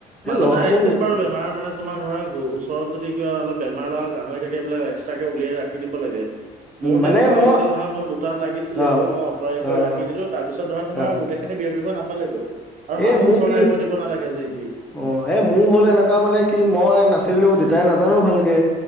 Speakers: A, on the right; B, in the centre.
A: মাজতে
B: এই লছ
A: আহিছিল
B: হ'ল উম
A: বাৰু বেমাৰ, মানে তোমাৰ ধৰা ওচৰত যদি কিবা অলপ বেমাৰ লগা গাহৰি থাকে এইবিলাক এক্স তাকে উলিয়াই ৰাখি দিব লাগে। মোৰো
B: মানে
A: তেনেকুৱা
B: মই
A: হৈছিল নহয় মোৰ দুটাত লাগিছিলে
B: অ
A: গৈ মই আঁতৰাই কৰি
B: অ
A: ৰাখ
B: অ
A: দিলো তাৰপিছত ধৰা তোমাৰ
B: অ
A: গোটেই বিয়পিব নাপালেগৈ, আৰু
B: এই
A: মানুহ
B: মোৰ
A: ওচৰলে
B: কি
A: আহিব দিব নালাগে যি টি।
B: অ এ মোৰ হ'ল এনেকুৱা মানে কি মই নাছিলো দেউতাই নাজানে ভালকে।